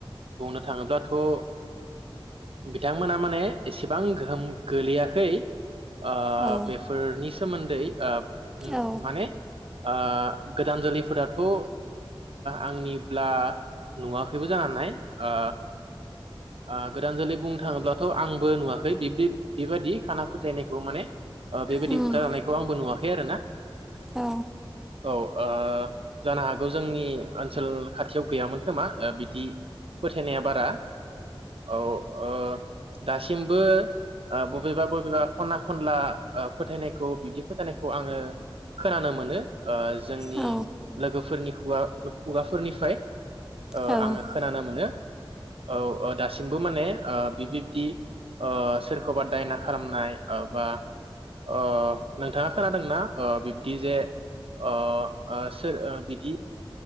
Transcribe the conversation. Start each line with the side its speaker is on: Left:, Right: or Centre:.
Right: बुंनो थाङोब्लाथ' ओ बिथांमोना माने एसेबां गोहोम गोलैयाखै। ओ
Centre: औ
Right: बेफ नि सोमोन्दै ओ ओम
Centre: औ
Right: माने ओ गोदान जोलैफोराथ' ओ आंनिब्ला नुवाखैबो जानो हानाय ओ ओ गोदान जोलै बुंनो थाङोब्लाथ' आंबो नुवाखै बिब्दि बेबादि खाना फोथायनायखौ माने ओ बेबायदि
Centre: उम
Right: बुथारजानायखौ आंबो नुवाखै। दि आरोना।
Centre: औ।
Right: औ ओ जानो हागौ जोंनि ओनसोल खाथियाव गैयामोन खोमा ओ बिदि फोथायनाया बारा औ ओ दासिमबो ओ बबेबा बबेबा खना खनला ओ फोथायनायखौ बिब्दि फोथायनायखौ आङो खोनानो मोनो ओ जोंनि
Centre: औ
Right: लोगोफोरनि खुगा-खुगाफोरनिफ्राय ओ
Centre: औ
Right: आङो खोनानो मोनो औ दासिमबो माने ओ बि-बिब्दि ओ सोरखौबा दायना खालामनाय ओ बा ओ नोंथाङा खोनादोंना ओ बिब्दि जे ओ सोर बिब्दि